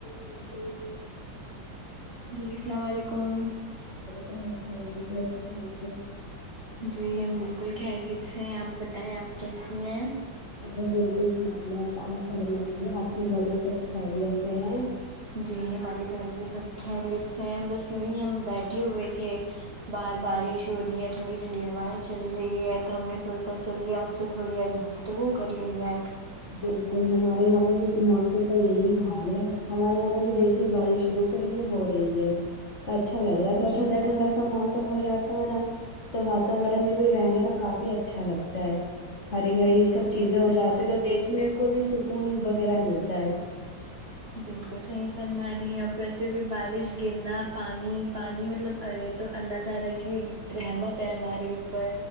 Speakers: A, on the left; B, on the right.
A: بالکل
B: جی السلام علیکم
A: وعلیکم السلام کیسی ہو اپ سب
B: جی ہم بالکل خیریت سے ہیں آپ بتائیں آپ کیسی ہیں
A: میں بالکل خیریت آپ فرمائیے آپ کے گھر میں سب خیریت سے ہیں
B: جی ہمارے گھر پہ سب خیریت سے ہیں بس یوں ہی ہم بیٹھے ہوئے تھے بہر بارش ہو رہی ہے ٹھنڈی ٹھنڈی ہوائیں چل رہی ہے تو ہم نے سوچا چلیے آپ سے تھوڑی آ گفت تا گو کر لی جیئے
A: بالکل ہمارے یہاں پہ بھی موسم کا یہی حال ہے ہمارے یہاں پہ بھی دیکھے بارش شروع کیا کرے گے ہو رہی ہے تو اچھا لگ رہا ہے تھوڑا
B: جی
A: ٹھنڈا ٹھنڈا سا موسم کم ہو جاتا ہے نا تو واتورن میں بھی رہنے کا کافی اچھا لگتا ہے ہری ہری
B: بالکل
A: یہ سب چیزیں
B: صحیح
A: ہو
B: فرما
A: جاتی ہیں
B: رہی
A: تو دیکھنے کو بھی سکون وغیرہ ملتا ہے
B: بالکل صحیح فرما رہی ہے اور ویسے بھی بارش گرنا پانی پانی مطلب ا تو اللہ تعالی کی ایک رحمت ہے ہمارے اوپر